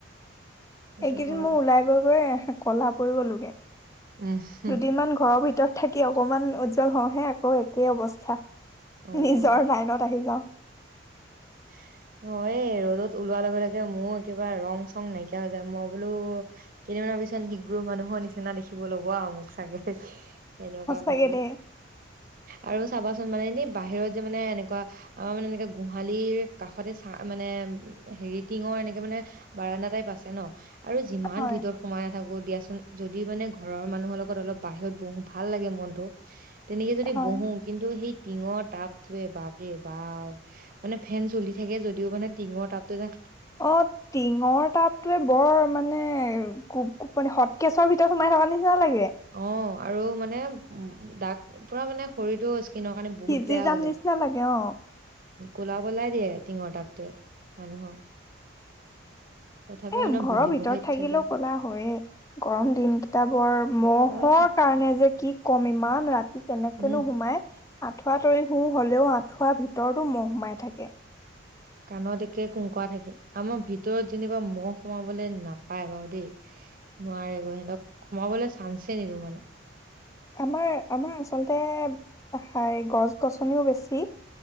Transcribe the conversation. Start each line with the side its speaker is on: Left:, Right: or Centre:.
Right: সেইটো
Left: এইকেইদিন
Right: হয়।
Left: মোৰ ওলাই গৈ গৈ কলা পৰি গলোগে।
Right: <unintelligible>
Left: দুদিনমান ঘৰৰ ভিতৰত থাকি অকমান উজ্জ্বল হওঁহে, আকৌ একেই অৱস্থা।
Right: অ',
Left: নিজৰ লাইনত আহি যাওঁ।
Right: <unintelligible> অ এই ৰ'দত ওলোৱাৰ লগে লগে মোৰ কিবা ৰং চং নাইকিয়া হৈ যায়। মই বোলো কেইদিনমানৰ পিছত নিগ্ৰো মানুহৰ নিচিনা দেখিব ল'ব আৰু মোক চাগে। এনেকুৱা
Left: সঁচাকে
Right: ভাবো।
Left: দেই
Right: আৰু চাবাচোন মানে এনে বাহিৰত যে মানে এনেকুৱা আমাৰ মানে এনেকা <unintelligible> গুহালিৰ কাষতে চা মানে হেৰি টিঙৰ এনেকে মানে বাৰাণ্ডা টাইপ আছে ন। আৰু যিমান
Left: হয়
Right: ভিতৰত সোমাই নাথাকো দিয়াচোন, যদি মানে ঘৰৰ মানুহৰ লগত অলপ বাহিৰত বহো ভাল লাগে মনটো। তেনেকে যদি
Left: হয়
Right: বহো, কিন্তু সেই টিঙৰ টাপটোৱে বাপৰে বাপ! মানে ফেন চলি থাকে, যদিও মানে টিঙৰ টাপটোৱে
Left: অ টিঙৰ তাপ। টোৱে বৰ মানে গোপ-গোপনি হট কেচৰ ভিতৰত সোমাই থকা নিচিনা লাগে।
Right: অ' আৰু মানে উ দাক পুৰা মানে শৰীৰটো স্কিনৰ কাৰণে বহুত
Left: সিজি
Right: বেয়া হৈ
Left: যাম
Right: যায়,
Left: নিচিনা লাগে অ
Right: ক'লা পেলায় দিয়ে টিঙৰ টাপটোৱে মানুহক। তথাপি
Left: এ
Right: মানে
Left: ঘৰৰ
Right: বহিবহে
Left: ভিতৰত
Right: ইচ্ছা
Left: থাকিলেও
Right: যায়
Left: ক'লা হয়ে। গৰম দিন কেইটা বৰ ম'হৰ
Right: হয়
Left: কাৰণে যে কি কম ইমান ৰাতি কেনেকেনো
Right: উম
Left: সোমাই। আঁঠুৱা তৰি শু, হলেও আঁঠুৱা ভিতৰতো ম'হ সোমাই থাকে।
Right: কাণত একে কুংকৰা থাকে, আমাৰ ভিতৰত যেনিবা ম'হ সোমাবলে নাপায় বাৰু দেই। নোৱাৰেগৈ, সিহঁতক সোমাবলে চান্সে নিদিওঁ মানে।
Left: আমাৰ আমাৰ আচলতে হাই গছ-গছনিও বেছি।